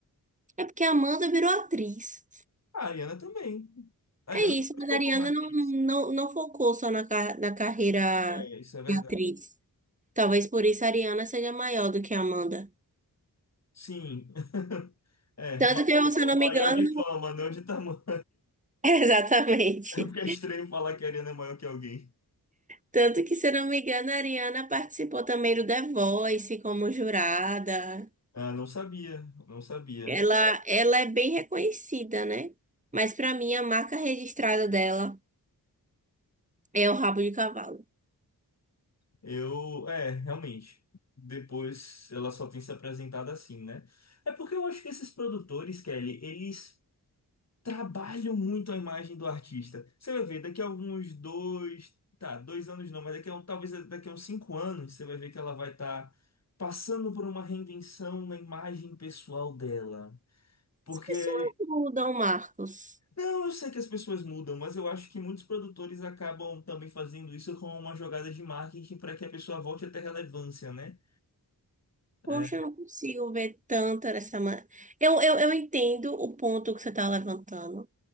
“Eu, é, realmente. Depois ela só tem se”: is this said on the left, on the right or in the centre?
Left